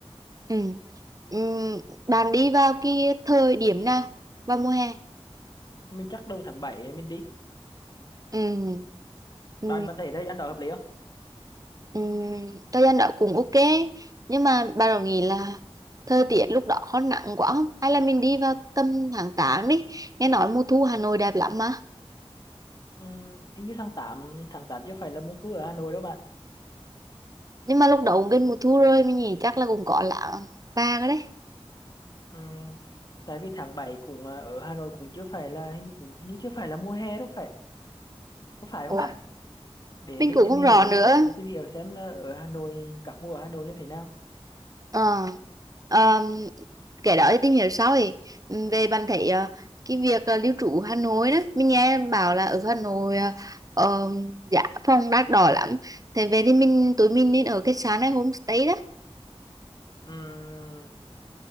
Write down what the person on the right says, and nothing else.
ừ. Ừ. bạn đi vào cái thời điểm nào vào mùa hè
ừ. Ừ.
Ừm, thời gian đó cũng ok nhưng mà bà đã nghĩ là thời tiết lúc đó có nặng quá không hay là mình đi vào tầm tháng 8 đi nghe nói mùa thu Hà Nội đẹp lắm mà
nhưng mà lúc đó cũng gần mùa thu rồi mình nghĩ chắc là cũng có là ba cái đấy
Ủa,
mình
cũng
không
rõ nữa
ờ Ờm, cái đó thì tìm hiểu sau thì Ừm, về bạn thấy ờ, cái việc ờ, lưu trú Hà Nội đó mình nghe bảo là ở Hà Nội ờ, ờm, giá phòng đắt đỏ lắm thế về thì mình tụi mình nên ở khách sạn hay homestay đó